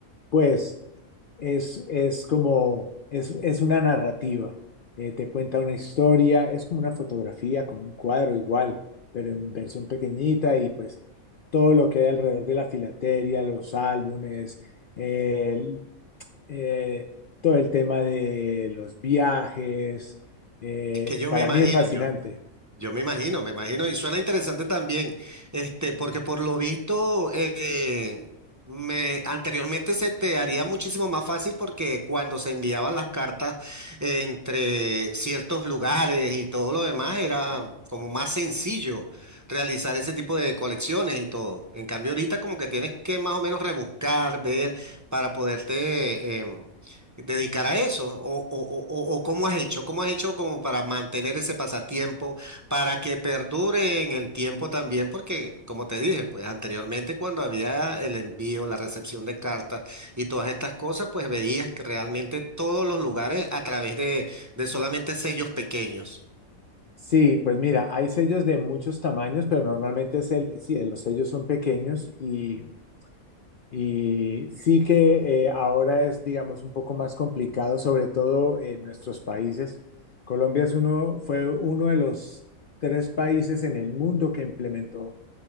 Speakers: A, on the left (about 55°); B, on the right (about 15°).
A: pues es, es como, es, es una narrativa, Eh, te cuenta una historia, es como una fotografía, como un cuadro igual, pero en versión pequeñita y pues todo lo que hay alrededor de la filatelia los álbumes, eh, el- eh, todo el tema de los viajes, eh,
B: Es que yo
A: para
B: me imagino,
A: mí es fascinante.
B: yo. Yo me imagino, me imagino, y suena interesante también, este, porque por lo visto, eh, me, anteriormente se te haría muchísimo más fácil porque cuando se enviaban las cartas eh, entre ciertos lugares y todo lo demás, era como más sencillo realizar ese tipo de colecciones y todo. En cambio, ahorita como que tienes que más o menos rebuscar, ver, para poderte... em, dedicar a eso o, o, o, o o cómo has hecho, cómo has hecho como para mantener ese pasatiempo para que perdure en el tiempo también, porque como te dije, pues anteriormente cuando había el envío, la recepción de cartas y todas estas cosas, pues veías que realmente todos los lugares a través de, de solamente sellos pequeños.
A: Sí, pues mira, hay sellos de muchos tamaños, pero normalmente es el, sí, los sellos son pequeños y Y sí que eh, ahora es, digamos, un poco más complicado, sobre todo en nuestros países. Colombia es uno, fue uno de los tres países en el mundo que implementó